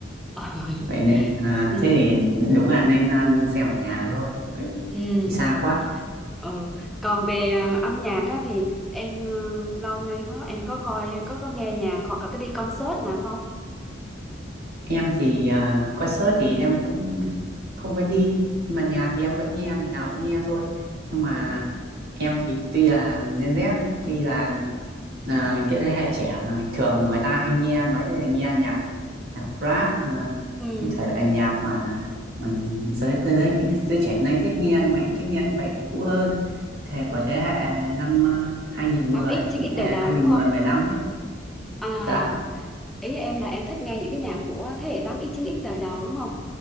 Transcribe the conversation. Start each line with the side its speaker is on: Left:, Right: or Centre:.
Centre: Ờ. <laughs>
Right: vậy nên à,
Centre: ừ,
Right: thế thì đúng là nên à, xem ở nhà thôi ừ.
Centre: ừ,
Right: thì xa
Centre: ừ.
Right: quá
Centre: Ờ, còn về ờ, âm nhạc á, thì em ờ, lâu nay đó em có coi có có nghe nhạc hoặc là cái đi concert nào không
Right: em thì à, concert thì em cũng không có đi nhưng mà nhà thì em vẫn nghe ngày nào vẫn nghe thôi nhưng mà
Centre: ừ
Right: em thì tuy là Gen Z ấy, tuy là à, cái thế hệ trẻ mà thường người ta hay nghe nói đấy là nghe nhạc nhạc rap hay là
Centre: Ừ,
Right: những thể loại nhạc mà mình giới giới giới giới trẻ nay thích nghe nhưng mà em thích nghe những bài cũ hơn thế của thế hệ năm ờ, hai à, 2010
Centre: tám x chín
Right: những
Centre: x
Right: thế
Centre: đời
Right: hệ hai
Centre: đầu
Right: không
Centre: đúng không?
Right: một không mười lăm ấy
Centre: À,
Right: dạ
Centre: ý em là em thích nghe những cái nhạc của thế hệ tám x chín x đời đầu đúng không?